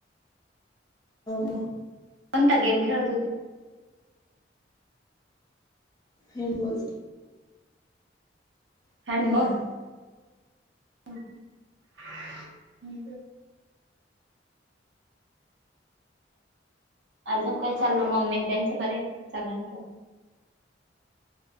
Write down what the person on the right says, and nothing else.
कोणता
गेम खेळत होते
हॅँबॉल हम अजून काय चालल मम्मी त्यांचं बरे सगळ्यांचं